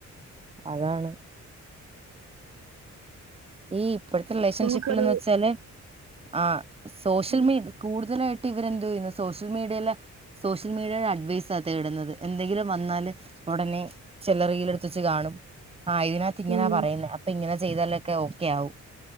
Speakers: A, on the right; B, on the right.
A: അതാണ് ഈ ഇപ്പഴത്തെ റിലേഷൻഷിപ്പിൽന്ന്
B: നമുക്കൊരു
A: വെച്ചാല് ആഹ് സോഷ്യൽ
B: ഉം
A: മീ കൂടുതലായിട്ട് ഇവരെന്തൊയ്യുന്നെ സോഷ്യൽ മീഡിയയിലെ സോഷ്യൽ മീഡിയയുടെ അഡ്വൈസ തേടുന്നത് എന്തെങ്കിലും വന്നാല് ഉടനെ ചിലറിൽ എടുത്തച്ച് കാണും ആഹ് തിനെ റ്റ്ങ്ങനാ
B: ഉം
A: പറയുന്ന അപ്പൊ ഇങ്ങനെ ചെയ്താലൊക്കെ ഓക്കെ ആവും